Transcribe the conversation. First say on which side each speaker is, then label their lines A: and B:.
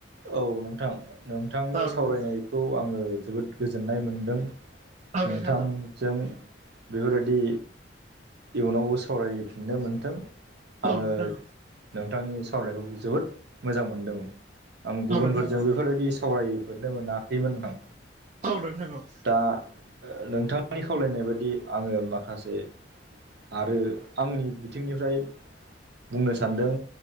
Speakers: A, on the right (about 65°); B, on the right (about 40°).
A: औ नोंथां नोंथांनि
B: औ नोंथां
A: सावरायनायखौ आङो जोबोद गोजोननाय मोनदों
B: औ
A: नोंथांजों
B: नोंथां औ
A: बेफोरबायदि इयुनावबो सावरायफिननो मोनथों
B: औ
A: आङो
B: नोंथां औ
A: नोंथांनि सावरायखौ जोबोद मोजां मोनदों आं गुबुनफोरजों
B: औ नोंथां औ
A: बेफोरबायदि सावरायफोरनो मोनाखैमोन आं
B: औ नोंथां औ
A: दा नोंथांनि खावलायनाय बायदि आङो माखासे आरो आंनि बिथिंनिफ्राय बुंनो सानदों